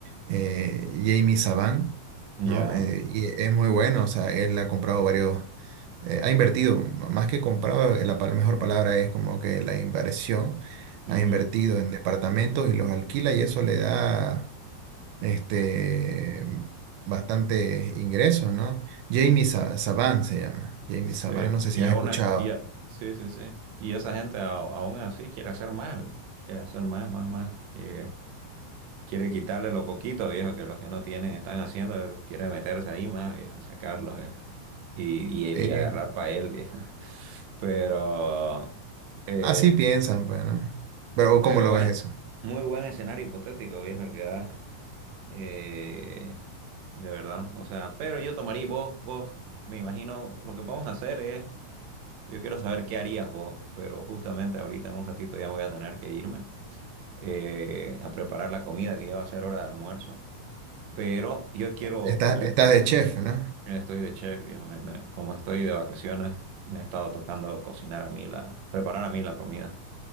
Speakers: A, on the right; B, on the right.
A: eh, Jamie Saban,
B: ya,
A: ¿no? Eh, y es muy bueno, o sea, él ha comprado varios. eh, ha invertido, m- más que comprado, eh, la pal- mejor palabra es como que la inversión,
B: ujú.
A: ha invertido en departamentos y los alquila y eso le da este, bastante ingresos, ¿no? Jamie Sa- Saban se llama, Jamie
B: Sí,
A: Saban, no sé
B: y
A: si has
B: aún,
A: escuchado.
B: a- y a- sí, sí, sí. Y esa gente a- aún así quiere hacer más, viejo. Quiere hacer más, más, más. Eh, quiere quitarle lo poquito, viejo, que los que no tienen están haciendo, quiere meterse ahí más, viejo, sacarlos, viejo. Y,
A: Eh,
B: y, y agarrar para él, viejo. <laughs> Pero, eh,
A: así piensan, pues, ¿no? Pero
B: pero
A: ¿cómo lo
B: bueno,
A: ves eso?
B: muy buen escenario hipotético, viejo, el que da. Eh, de verdad, o sea, pero yo tomaría y vos, vos, me imagino, lo que podemos hacer es yo quiero saber qué harías vos, pero justamente ahorita en un ratito ya voy a tener que irme eh, a preparar la comida que ya va a ser hora de almuerzo. Pero yo quiero,
A: Estás,
B: yo
A: estás de chef, ¿no?
B: estoy de chef, viejo, me- me- como estoy de vacaciones, me ha estado tocando cocinar a mí la, preparar a mí la comida.